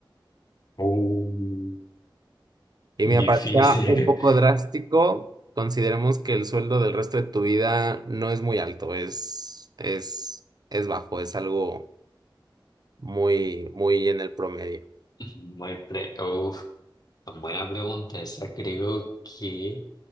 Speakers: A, on the left; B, on the right.
A: Uh,
B: Y
A: difícil.
B: me parecía un poco drástico. Consideremos que el sueldo del resto de tu vida no es muy alto, es, es, es bajo, es algo muy, muy en el promedio.
A: <laughs> Muy pre- uf, buena pregunta esa. Creo que